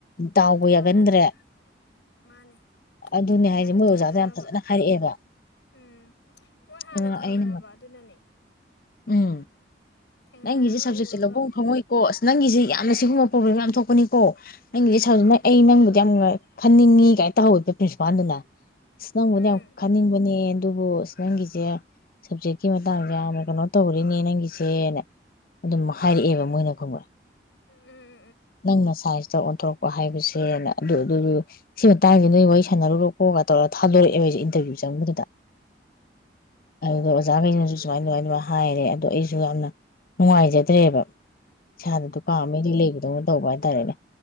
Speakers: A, on the left; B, on the left.
A: ꯗꯥꯎꯒ
B: ꯑꯗꯨ
A: ꯌꯥꯒꯟꯗ꯭ꯔꯦ
B: ꯀꯥꯟꯅꯗꯦ ꯃꯥꯅꯦ
A: ꯑꯗꯨꯅꯦ ꯍꯥꯏꯁꯦ
B: ꯑꯗꯨ
A: ꯃꯣꯏ
B: ꯇꯧꯗꯅꯕ
A: ꯑꯣꯖꯥꯗ ꯌꯥꯝ ꯐꯖꯅ ꯍꯥꯏꯔꯛꯑꯦꯕ
B: ꯎꯝ ꯃꯣꯏ ꯍꯥꯟꯅ
A: ꯎꯝ
B: ꯊꯦꯡꯅꯔꯕ
A: ꯑꯩꯅ
B: ꯑꯗꯨꯅꯅꯦ
A: ꯎꯝ
B: ꯊꯦꯡꯅꯔꯒ
A: ꯅꯪꯒꯤꯁꯦ ꯁꯞꯖꯦꯛꯁꯦ
B: ꯎꯔꯒ
A: ꯂꯧꯕꯝ ꯈꯪꯉꯣꯏꯀꯣ ꯑꯁ ꯅꯪꯒꯤꯁꯦ ꯌꯥꯝꯅ ꯁꯤꯒꯨꯝꯕ ꯄ꯭ꯔꯣꯕ꯭ꯂꯦꯝ ꯌꯥꯝ ꯊꯣꯛ ꯊꯣꯛꯄꯅꯤꯀꯣ ꯅꯪꯒꯤꯁꯦ ꯁ ꯑꯩ ꯅꯪꯕꯨꯗꯤ ꯌꯥꯝ ꯈꯟꯅꯤꯡꯉꯤ ꯀꯥꯏꯅ ꯇꯧꯍꯧꯋꯦꯕ ꯄ꯭ꯔꯤꯟꯁꯤꯄꯥꯜꯗꯨꯅ ꯑꯁ ꯅꯪꯕꯨꯗꯤ
B: ꯎꯝ
A: ꯌꯥꯝ ꯈꯟꯅꯤꯡꯕꯅꯦ ꯑꯗꯨꯕꯨ ꯑ ꯅꯪꯒꯤꯁꯦ ꯁꯕꯖꯦꯛꯀꯤ ꯃꯇꯥꯡꯁꯦ ꯌꯥꯝꯅ ꯀꯩꯅꯣ ꯇꯧꯔꯤꯅꯦ ꯅꯪꯒꯤꯁꯦꯅꯦ ꯑꯗꯨꯝ ꯍꯥꯏꯔꯛꯑꯦꯕ ꯃꯣꯏꯅ ꯈꯪꯕꯥ
B: ꯎꯝ ꯎꯝ ꯎꯝ ꯎꯝ ꯎꯝ ꯎꯝ ꯎꯝ ꯎꯝ ꯎꯝ ꯎꯝ ꯎꯝ ꯎꯝ
A: ꯅꯪꯅ ꯁꯥꯏꯟꯁꯇ ꯑꯣꯟꯊꯣꯔꯛꯄ ꯍꯥꯏꯕꯁꯦꯅ ꯑꯗꯨ ꯑꯗꯨ ꯁꯤ ꯃꯇꯥꯡꯁꯤ ꯅꯣꯏ ꯋꯥꯔꯤ ꯁꯥꯟꯅꯔꯨꯔꯣꯀꯣꯒ ꯇꯧꯔꯒ ꯊꯥꯗꯣꯔꯛꯑꯦꯕ ꯑꯩꯁꯦ ꯏꯟꯇꯔꯚꯤꯌꯨ ꯆꯪꯕꯗꯨꯗ ꯑꯗꯨꯗ ꯑꯣꯖꯥꯈꯩꯅꯁꯨ ꯁꯨꯃꯥꯏ ꯑꯗꯨꯃꯥꯏꯅ ꯍꯥꯏꯔꯦ ꯑꯗꯣ ꯑꯩꯁꯨ ꯌꯥꯝꯅ ꯅꯨꯡꯉꯥꯏꯖꯗ꯭ꯔꯦꯕ ꯏꯁꯥꯗ ꯗꯨꯀꯥ ꯑꯃ ꯏꯔꯤ ꯂꯩꯕꯗꯧꯅ ꯇꯧꯕ ꯍꯥꯏꯇꯥꯔꯦꯅꯦ